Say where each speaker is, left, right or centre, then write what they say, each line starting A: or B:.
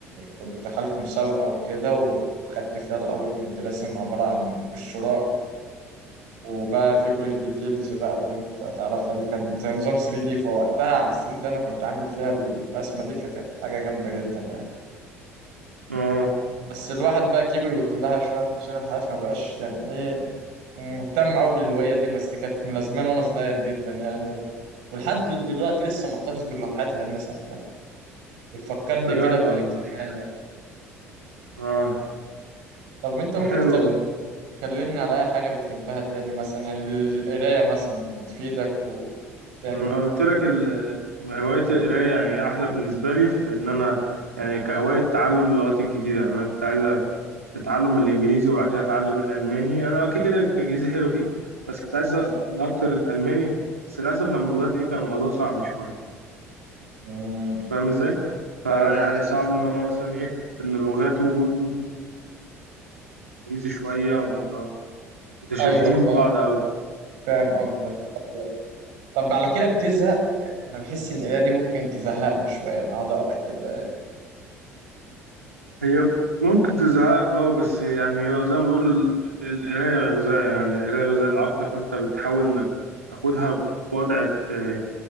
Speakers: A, on the right; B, on the right.
A: كنت دخلت مسابقة وكده وخدت فيها الاول كنت راسم عبارة عن وش راء وبقى في كل الديتيلز بقى اللي انت تعرفها دي كان زي نظام 3 دي فوقتها على السن ده انا كنت عامل فيها الرسمة دي فكانت حاجة جامدة جدا يعني
B: اه
A: بس الواحد بقى كبر واتلهى شوية في مشاغل الحياة فما بقاش يعني ايه مهتم قوي بالهواية دي بس كانت ملازماني وانا صغير جدا يعني و... ولحد دلوقتي لسه محتفظ باللوحات اللي انا رسمتها بتفكرني
B: بجد
A: كده بأيام
B: والله
A: زمان يعني
B: اه
A: طب انت ممكن
B: حلو
A: تكلم
B: والله
A: تكلمني على أي حاجة بتحبها تاني مثلا يعني القراية مثلا بتفيدك وبتعمل
B: انا قلت لك ال- هوايه القرايه يعني احلى بالنسبه لي في ان انا يعني كهوايه تعلم اللغات الجديده يعني انا كنت عايز اتعلم الانجليزي وبعد كده اتعلم الالماني انا كده كده الانجليزي حلو فيه بس كنت عايز اكتر الالماني بس للاسف لما بدات فيه كان الموضوع صعب شويه
A: مم.
B: فاهم ازاي فيعني
A: أيوه فاهم
B: صعب ان هو مثلا ايه ان لغاته برضو شبه- الانجليزي شويه أو مت- متشابهين
A: أيوه فاهم
B: ببعض قوي
A: فاهم قصدك طب طب على كده بتزهق يعني أنا بحس إن القراية دي ممكن تزهقني شوية يعني أقعد أقرا كده يعني
B: هي ممكن تزهقك اه بس يعني هو زي ما بيقولوا ال- القراية غذاء يعني القراية غذاء العقل فانت بتحاول انك تاخدها بوضع آه،